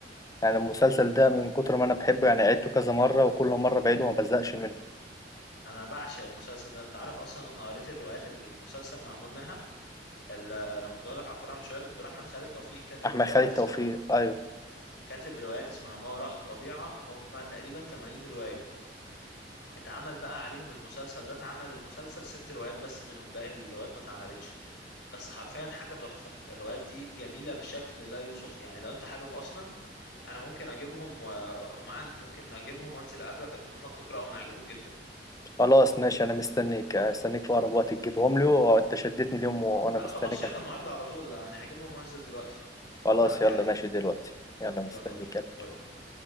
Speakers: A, on the left; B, on the left.
A: يعني المسلسل ده من كتر ما انا بحبه يعني عدته كذا مره وكل مره بعيده وما بزهقش منه
B: انا بعشق المسلسل ده انت عارف اصلا انا قريت الروايات اللي المسلسل معمول منها ال- لما كنت بقول لك على القراءة من شوية دكتور احمد خالد توفيق كاتب
A: احمد
B: روايات
A: خالد توفيق
B: اسمها
A: ايوه
B: كاتب روايات اسمها ما وراء الطبيعة هم تقريبا 80 رواية اتعمل بقى عليهم المسلسل ده اتعمل المسلسل ست روايات بس منهم باقي الروايات ما اتعملتش بس حرفيا حاجة تحفة الروايات دي جميلة بشكل لا يوصف يعني لو انت حابب اصلا انا ممكن اجيبهم وهم عندي ممكن اجيبهم وانزل اقابلك اديهم لك تقراهم هيعجبوك جدا
A: خلاص ماشي انا مستنيك استنيك في اقرب وقت تجيبهم لي وانت شدتني اليوم وانا
B: لا
A: مستنيك
B: خلاص يلا
A: عشان
B: النهاردة على طول يعني هجيبهم وانزل دلوقتي
A: خلاص
B: اعدي
A: يلا
B: عليك
A: ماشي دلوقتي يلا مستنيك
B: يلا بينا
A: يلا
B: باي باي